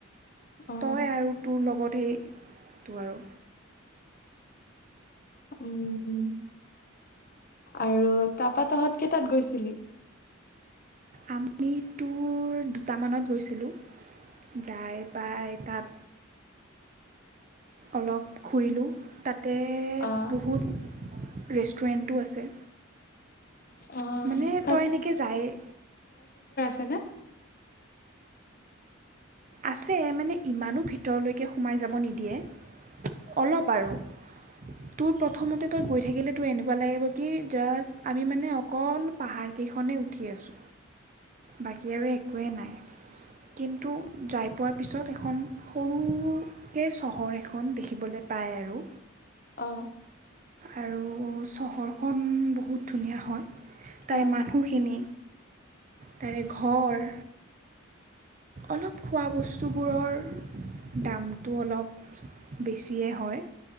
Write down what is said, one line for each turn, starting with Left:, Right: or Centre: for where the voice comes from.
Left: অ
Right: তই আৰু তোৰ লগত সেই টো আৰু
Left: উম উম আৰু তাৰাপা তহঁত কেইটাত গৈছিলি?
Right: আমিতো দুটামানত গৈছিলোঁ যাই পাই তাত অলপ ঘূৰিলোঁ তাত। তে
Left: অ
Right: বহুত ৰেষ্টুৰেণ্টটো আছে।
Left: অ
Right: মানে
Left: তাত
Right: তই এনেকে যায়েই
Left: ছেনে
Right: আছে মানে ইমানো ভিতৰলৈকে সোমাই যাব নিদিয়ে অলপ আৰু তোৰ প্ৰথমতে তই গৈ থাকিলে তোৰ এনেকুৱা লাগিব কি জাষ্ট আমি মানে অকল পাহাৰকেইখনেই উঠি আছো বাকী আৰু একোৱেই নাই কিন্তু যাই পোৱাৰ পিছত এখন সৰুকৈ চহৰ এখন দেখিবলৈ পায় আৰু
Left: আহ
Right: আৰু চহৰখন বহুত ধুনীয়া হয় তাৰে
Left: অ
Right: মানুহখিনি তাৰে ঘৰ অলপ খোৱা বস্তুবোৰৰ দামটো অলপ বেছিয়ে হয়।